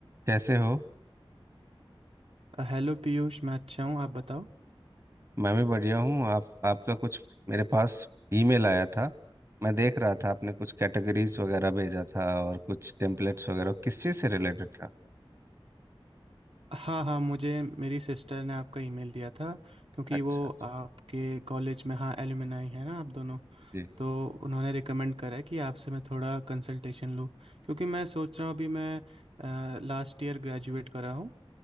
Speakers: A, on the right; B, on the right.
A: कैसे हो
B: अ, hello Piyush मैं अच्छा हूँ आप बताओ
A: मैं भी बढ़िया हूँ आप आपका कुछ मेरे पास ईमेल आया था मैं देख रहा था आपने कुछ कैटेगरीज वगैरह भेजा था और कुछ टेम्पलेट्स वगैरह किस चीज़ से रिलेटेड था
B: हाँ हाँ मुझे मेरी सिस्टर ने आपका ईमेल दिया था क्योंकि
A: अच्छा
B: वो आपके कॉलेज में हाँ एलुमनाई है ना आप दोनों
A: जी
B: तो उन्होंने रिकमेंड करा है कि आपसे मैं थोड़ा कंसल्टेशन लूँ क्योंकि मैं सोच रहा हूँ अभी मैं लास्ट ईयर ग्रेजुएट करा हूँ